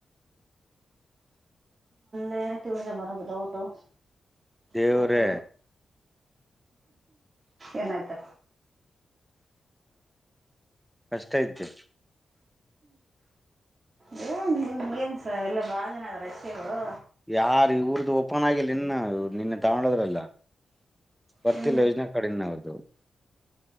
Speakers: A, on the right; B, in the centre.
A: ಟೊಯೋಟಿವಿಂದ ಬರೋ ಡೌಟು
B: ದೇವ್ರೇ
A: ಹೊರ್ಕ ಏನಾಯ್ತು
B: ಕಷ್ಟ ಇದೆ
A: ಹೋಗು ಏನ್ ಬಹಳ ಜನ ಇದೆ ಎಚ್ ಪಿ ಗಳು
B: ಯಾರು ಈ ಊರ್ದು ಓಪನ್ ಆಗಿಲ್ಲ ಇನ್ನ ನಿನ್ನೆ ತಗೊಂಡೋದ್ರಲ್ಲ ಬರ್ತಿಲ್ಲ
A: ಹ್ಞೂ
B: ಯೋಜನೆ ಕಡೆಯಿಂದ ಅವ್ರ್ದು